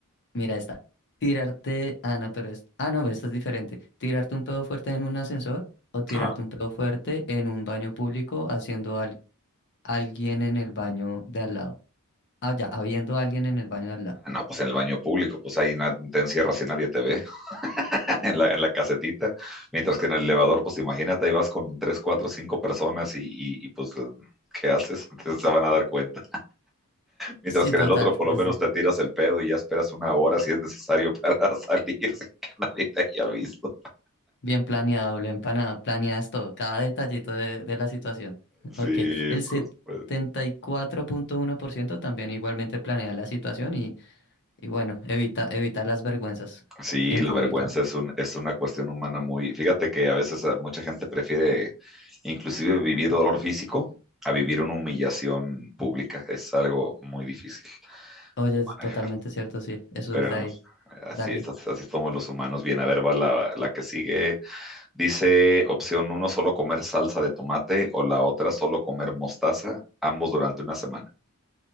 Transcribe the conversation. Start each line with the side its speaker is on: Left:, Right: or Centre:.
Left: Mira esta. Tirarte, ah, no, pero es, ah, no, esta es diferente. Tirarte un pedo fuerte en un ascensor o tirarte
Centre: Ah,
Left: un pedo fuerte en un baño público haciendo al, alguien en el baño de al lado. Ah, ya, habiendo alguien en el baño de al lado.
Centre: no, pues en el baño público, pues ahí na- te encierras y nadie te ve, <laughs> en la, en la casetita, mientras que en el elevador, pues imagínate, ahí vas con tres, cuatro, cinco personas y, y y, pues, ¿qué haces? <laughs> Entonces se van a dar cuenta. Mientras
Left: Sí,
Centre: que
Left: total,
Centre: en el otro por
Left: desde
Centre: lo menos te tiras el pedo y ya esperas una hora si es necesario para <laughs> salir sin que nadie te haya visto.
Left: bien planeado, bien planeado, planeas todo, cada detallito de, de la situación. <laughs>
Centre: Sí,
Left: Ok, el setenta
Centre: por supuesto.
Left: y cuatro punto uno por ciento también igualmente planea la situación y, y bueno, evita, evita las vergüenzas
Centre: Sí,
Left: en
Centre: la
Left: público.
Centre: vergüenza es un, es una cuestión humana muy... Fíjate que a veces a mucha gente prefiere inclusive vivir dolor físico a vivir una humillación pública. Es algo muy difícil
Left: Oye,
Centre: de
Left: es
Centre: manejar.
Left: totalmente cierto, sí, eso
Centre: Pero
Left: es de ahí.
Centre: así
Left: Dale,
Centre: es, así, así somos los humanos. Bien, a ver, va la, la que sigue. Dice opción uno, solo comer salsa de tomate o la otra, solo comer mostaza, ambos durante una semana.